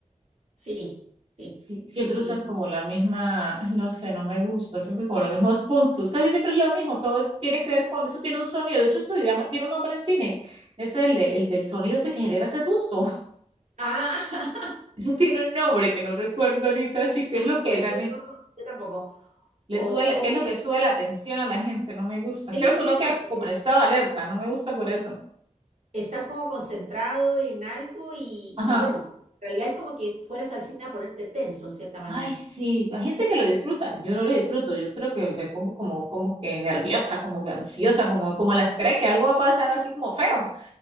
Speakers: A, on the right; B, on the right.
A: Sí, sí.
B: Sí, siempre
A: Y,
B: usan como la misma, ay, no sé, no me gusta, siempre como los mismos puntos, casi siempre es lo mismo, todo tiene que ver con, eso tiene un sonido, de hecho eso se llama, tiene un nombre en cine, es el, de- el del sonido ese que genera ese susto, <laughs>
A: ah, <laughs>
B: eso tiene un nombre que no recuerdo ahorita, así que
A: No
B: es
A: me
B: lo
A: acuerdo
B: que realmente
A: yo, yo tampoco.
B: Le
A: O,
B: sube la-
A: oye,
B: ¿qué es lo que sube la atención a la gente? No me gusta.
A: sí,
B: Creo que
A: sí,
B: uno
A: sí,
B: queda
A: porque
B: como en estado de alerta, no me gusta por eso.
A: estás como concentrado en algo y,
B: Ajá.
A: y bueno, en realidad es como que fueras al cine a ponerte tenso en cierta manera.
B: Ay, sí, hay gente que lo disfruta, yo no lo disfruto, yo creo que me pongo como, como que nerviosa, como que ansiosa, como, como a la espera de que algo va a pasar así como feo.